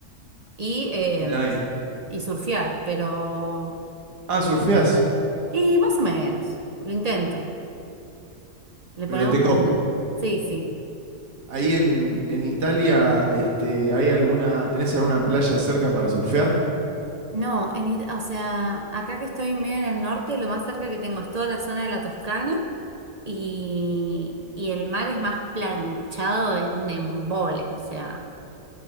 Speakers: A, on the right; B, on the right.
A: Y eh,
B: Mirá ahí.
A: y surfear, pero...
B: Ah, surfeás,
A: Y más o menos, lo intento, le
B: pero
A: ponemos
B: te copa.
A: onda. Sí, sí.
B: Ahí en, en Italia, este, ¿hay alguna, tenés alguna playa cerca para surfear?
A: No, en It- o sea, acá que estoy medio en el norte, lo más cerca que tengo es toda la zona de la Toscana y, y el mar es más planchado, es un embole, o sea,